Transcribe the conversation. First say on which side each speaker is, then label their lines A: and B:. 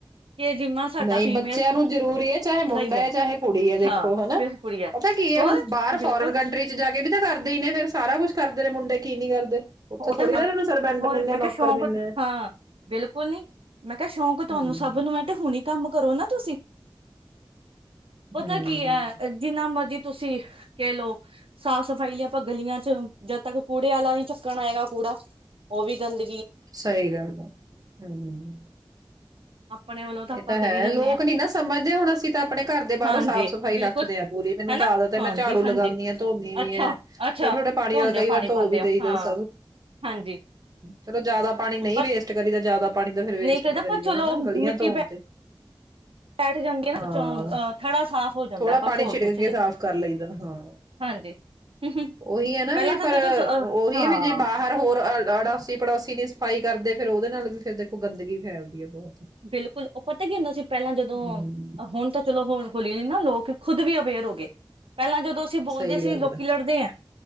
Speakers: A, on the right (about 85°); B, on the right (about 45°).
A: ਕਿ ਏ ਜਿੰਮਾ ਸਾਡਾ
B: ਨਹੀਂ
A: ਫੀਮੇਲ
B: ਬੱਚਿਆਂ ਨੂੰ ਜ਼ਰੂਰੀ ਐ। ਚਾਹੇ ਮੁੰਡਾ
A: ਦਾ ਹੀ ਹੈ
B: ਏ ਚਾਹੇ ਕੁੜੀ ਏ ਵੇਖੋ
A: ਹਾਂ
B: ਹੈਨਾ
A: ਫਿਰ ਕੁੜੀ ਹੈ
B: ਪਤੈ ਕੀ ਏ
A: ਹੋਰ
B: ਹੁਣ ਬਾਹਰ ਫੋਰਨ
A: ਬਿਲਕੁਲ
B: ਕੰਟਰੀ ਚ ਜਾ ਕੇ ਵੀ ਤਾਂ ਕਰ ਦੇ ਈ ਨੇ ਫੇਰ ਸਾਰਾ ਕੁੱਛ ਕਰਦੇ ਨੇ, ਮੁੰਡੇ ਕੀ ਨੀ ਕਰਦੇ। ਉੱਥੇ
A: ਉਹ
B: ਥੋੜ੍ਹੀ
A: ਤਾਂ ਮ
B: ਨਾ ਇਹਨਾਂ ਨੂੰ ਸਰਬੈਂਡ
A: ਹੋਰ
B: ਮਿਲਣੇ
A: ਮੈਂ
B: ਨੌਕਰ
A: ਕਿਹਾ ਸ਼ੌਕ
B: ਮਿਲਣੇ
A: ਆ, ਹਾਂ, ਬਿਲਕੁਲ ਨਹੀਂ। ਮੈਂ ਕਿਹਾ ਸ਼ੌਂਕ ਤੁਹਾਨੂੰ
B: ਹਮ
A: ਸਭ ਨੂੰ ਐ ਤੇ ਹੁਣੀ ਕੰਮ ਕਰੋ ਨਾ ਤੁਸੀਂ। ਪਤਾ
B: ਹਮ
A: ਕੀ ਐ, ਜਿੰਨਾ ਮਰਜੀ ਤੁਸੀਂ ਕਹਿ ਲਓ ਸਾਫ਼ ਸਫ਼ਾਈ ਲਈ ਆਪਾਂ ਗਲੀਆਂ ਚ ਜਦ ਤੱਕ ਕੂੜੇ ਆਲਾ ਦੀ ਚ ਹੈਗਾ ਕੂੜਾ, ਉਹ ਵੀ ਗੰਦ
B: ਸਹੀ ਗੱਲ ਆ, ਹੂੰ।
A: ਆਪਣੇ ਵੱਲੋਂ ਆਪਾਂ
B: ਇਹ ਤਾਂ
A: ਕਰੀ
B: ਹੈ
A: ਜਾਂਦੇ
B: ਲੋਕ
A: ਹਾਂ
B: ਨੀ ਨਾ ਸਮਝਦੇ ਹੁਣ ਅਸੀਂ ਤਾਂ ਆਪਣੇ ਘਰ ਦੇ ਬਾਹਰੋਂ
A: ਹਾਂਜੀ
B: ਸਾਫ਼ ਸਫ਼ਾਈ
A: ਬਿਲਕੁਲ
B: ਰੱਖਦੇ ਹਾਂ ਪੂਰੀ ਮੈਨੂੰ
A: ਹਨਾ
B: ਤਾਂ ਆਦਤ ਹੈ, ਮੈਂ
A: ਹਾਂਜੀ
B: ਝਾੜੂ ਲਗਾਂਦੀ
A: ਹਾਂਜੀ
B: ਹਾਂ ਧੋਂਦੀ ਵੀ
A: ਅੱਛਾ
B: ਹਾਂ,
A: ਅੱਛਾ
B: ਥੋੜੇ- ਥੋੜੇ ਪਾਣੀ
A: ਧੋਂਦੇ
B: ਨਾਲ ਕਈ ਵਾਰ
A: ਪਾਣੀ
B: ਧੋ
A: ਪਾਉਂਦੇ
B: ਵੀ
A: ਆ
B: ਦੇਈ ਜਦ
A: ਹਾਂ
B: ਸਭ
A: ਹਾਂਜੀ
B: ਚਲੋ ਜਿਆਦਾ ਪਾਣੀ ਨਹੀਂ
A: ਪਰ
B: ਵੇਸਟ ਕਰੀਦਾ ਜਿਆਦਾ ਪਾਣੀ ਤਾਂ ਫਿਰ ਵੇਸਟ
A: ਨਹੀਂ ਕਹਦਾ
B: ਨੀ ਕਰੀਦਾ
A: ਪਰ ਚਲੋ
B: ਹਨਾ ਗਲੀਆਂ
A: ਮਿੱਟੀ
B: ਧੋਣ ਤੇ
A: ਬੈਠ ਜਾਂਦੀ ਨਾ
B: ਹਾਂ,
A: ਅ, ਥੜਾ ਸਾਫ਼ ਹੋ ਜਾਂਦਾ
B: ਥੋੜਾ
A: ਐ, ਬਸ
B: ਪਾਣੀ
A: ਹੋਰ
B: ਛਿੜਕ
A: ਕੁਛ
B: ਕੇ
A: ਨਹੀਂ
B: ਸਾਫ਼ ਕਰ ਲਈਦਾ ਹਾਂ।
A: ਹਾਂਜੀ। ਪਹਿਲਾਂ
B: ਉਹੀ ਐ ਨਾ ਵੀ
A: ਤਾਂ
B: ਪਰ
A: ਜਦੋਂ ਅ
B: ਉਹੀ
A: ਹਾਂ
B: ਐ ਵੀ ਜੇ ਬਾਹਰ ਹੋਰ ਅ ਅੜੋਸੀ ਪੜੋਸੀ ਨੀ ਸਫਾਈ ਕਰਦੇ ਫੇਰ ਉਹਦੇ ਨਾਲ ਵੀ ਫਿਰ ਦੇਖੋ ਗੰਦਗੀ ਫੈਲਦੀ ਹੈ ਬਹੁਤ
A: ਬਿਲਕੁਲ ਉਹ ਪਤਾ ਕੀ ਹੁੰਦਾ ਸੀ। ਪਹਿਲਾਂ ਜਦੋਂ
B: ਹੂੰ,
A: ਹੁਣ ਤਾਂ ਚਲੋ ਹੋ ਹੌਲੀ ਨਾ ਲੋਕ ਖੁਦ ਵੀ ਅਵੇਅਰ ਹੋ ਗਏ। ਪਹਿਲਾਂ ਜਦੋਂ ਅਸੀਂ ਬੋਲਦੇ
B: ਸਹੀ
A: ਸੀ,
B: ਗੱਲ
A: ਲੋਕੀ
B: ਹੈ
A: ਲੜਦੇ ਐ